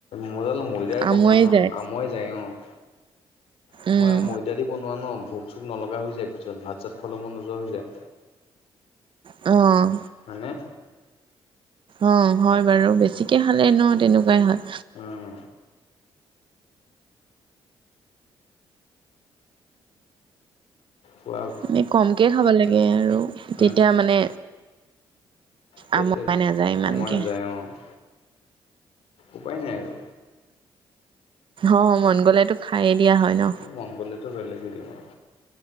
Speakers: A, on the left; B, on the right.
A: <inaudible> ময়দাৰে
B: আমুৱাই
A: বনোৱা ন
B: যায়।
A: আমুৱাই যায় অ'। তোমাৰ
B: উম,
A: ময়দা দি বনোৱা ন ভোক চোক নলগা হৈ যায় পিছত ভাত চাত খাবলে মন নোযোৱা হৈ যায়।
B: অঁ'।
A: হয়নে।
B: অ'! হয় বাৰু। বেছিকে খালে এনেও তেনেকুৱাই হয়।
A: উম কোৱা
B: এনে, কমকে খাব লাগে আৰু। তেতিয়া
A: উম
B: মানে,
A: সেইটোৱে,
B: আমুৱাই নাযায় ইমানকে।
A: আমোৱাই যায় অ'! উপায় নাই আৰু।
B: অ'! মন গ'লেতো খাইয়ে দিয়া হয় ন'।
A: মন গ'লেতো, বেলেগে দি দিওঁ আৰু।